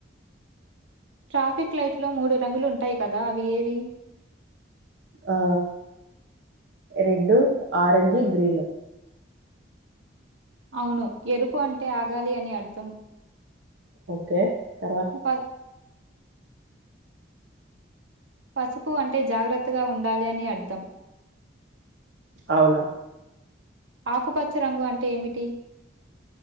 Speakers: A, on the right; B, on the right.
A: ట్రాఫిక్ లైట్లో మూడు రంగులు ఉంటాయి కదా అవి ఏవి
B: ఆ రెడ్ ఆరెజ్ గ్రీను
A: అవును. ఎరుపు అంటే ఆగాలి అని అర్థం.
B: ఓకే. తర్వాత
A: ప పసుపు అంటే జాగ్రత్తగా ఉండాలి అని అర్థం.
B: అవునా
A: ఆకుపచ్చ రంగు అంటే ఏమిటి?